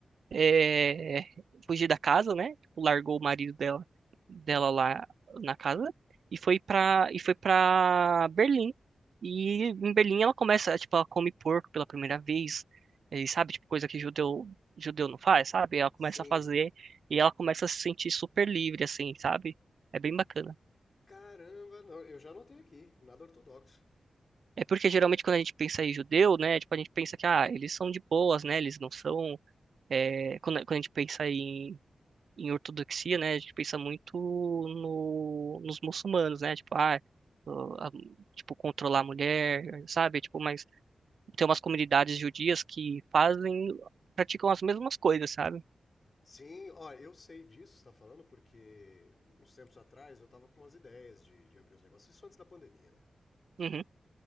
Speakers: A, on the right; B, on the left.
A: é, fugir da casa, né? Tipo, largou o marido dela, dela lá na casa e foi pra, e foi pra Berlim. E em Berlim ela começa, tipo, ela come porco pela primeira vez, e sabe, tipo, coisa que judeu, judeu não faz, sabe? Ela começa
B: Sim.
A: a fazer e ela começa a se sentir super livre, assim, sabe? É bem bacana.
B: Caramba, não, eu já anotei aqui. Nada ortodoxo.
A: É porque geralmente quando a gente pensa em judeu, né, tipo, a gente pensa que, ah, eles são de boas, né, eles não são, é, quando, quando a gente pensa em em ortodoxia, né, a gente pensa muito no, nos muçulmanos, né, tipo, ah, o- a- tipo, controlar a mulher, sabe, tipo, mas tem umas comunidades judias que fazem, praticam as mesmas coisas, sabe?
B: Sim, ó, eu sei disso que você tá falando, porque uns tempos atrás eu tava com umas ideias de, de abrir os negócios. Isso antes da pandemia, né?
A: Uhum,